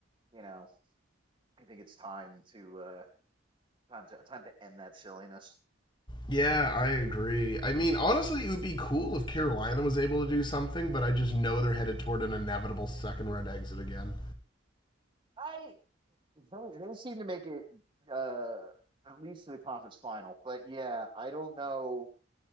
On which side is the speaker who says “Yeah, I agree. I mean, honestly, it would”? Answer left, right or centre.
Left